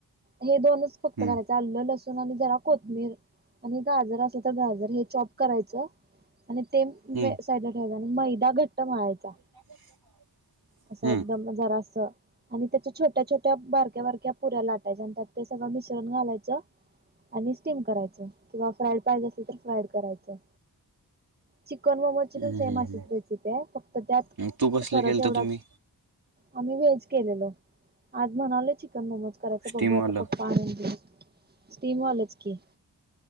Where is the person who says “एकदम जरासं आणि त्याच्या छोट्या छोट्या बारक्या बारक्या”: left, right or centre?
Right